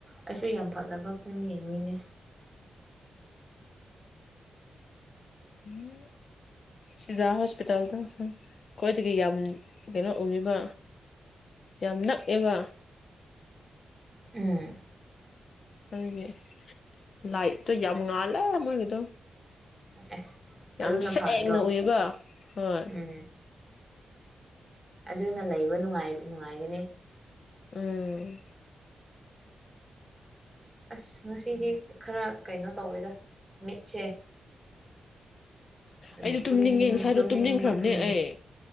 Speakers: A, in the centre; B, on the left.
A: ꯑꯩꯁꯨ ꯌꯥꯝ ꯐꯖꯕ ꯐꯤꯂꯝ ꯌꯦꯡꯅꯤꯡꯉꯦ
B: ꯎ ꯁꯤꯗꯥ ꯍꯣꯁꯄꯤꯇꯥꯜꯗ ꯈ꯭ꯋꯥꯏꯗꯒꯤ ꯌꯥꯝ ꯀꯩꯅꯣ ꯎꯉꯤꯕ ꯌꯥꯝ ꯅꯛꯑꯦꯕ
A: ꯎꯝ
B: ꯃꯣꯢꯒꯤ ꯂꯥꯢꯠꯇꯣ ꯌꯥꯝ ꯉꯥꯜꯂꯦ ꯃꯣꯢꯒꯤꯗꯣ
A: ꯑꯁ
B: ꯌꯥꯝ
A: ꯑꯗꯨꯅ
B: ꯁꯦꯡꯅ
A: ꯐꯗ꯭ꯔꯣ
B: ꯎꯏꯑꯦꯕ ꯍꯣꯏ
A: ꯎꯝ ꯑꯗꯨꯅ ꯂꯩꯕ ꯅꯨꯡꯉꯥꯏ ꯅꯨꯡꯉꯥꯢꯒꯅꯤ
B: ꯎꯝ
A: ꯑꯁ ꯉꯁꯤꯗꯤ ꯈꯔ ꯀꯩꯅꯣ ꯇꯧꯋꯦꯗ ꯃꯤꯠꯁꯦ ꯎꯝ
B: ꯑꯩꯗꯣ ꯇꯨꯝꯅꯤꯡꯉꯦ
A: ꯇꯨꯝꯅꯤꯡ
B: ꯉꯁꯥꯏꯗꯣ
A: ꯇꯨꯝꯅꯤꯡꯕ
B: ꯇꯨꯝꯅꯤꯡꯈ꯭ꯔꯕꯅꯦ
A: ꯎꯝ
B: ꯑꯩ